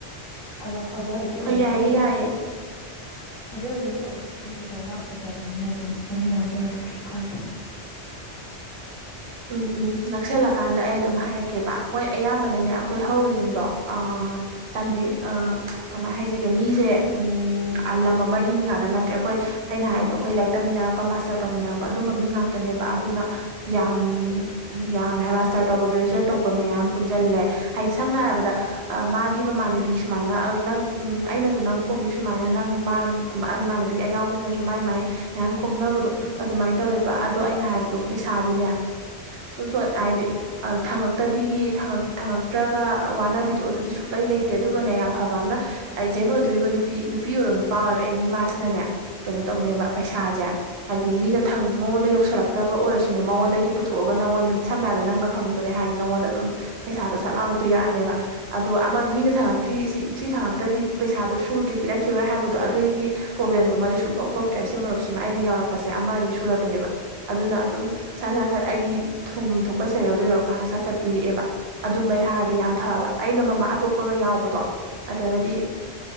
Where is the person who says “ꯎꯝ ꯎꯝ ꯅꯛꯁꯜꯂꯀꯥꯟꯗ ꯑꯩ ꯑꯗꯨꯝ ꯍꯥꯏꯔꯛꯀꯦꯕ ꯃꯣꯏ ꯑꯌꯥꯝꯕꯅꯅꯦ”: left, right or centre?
Right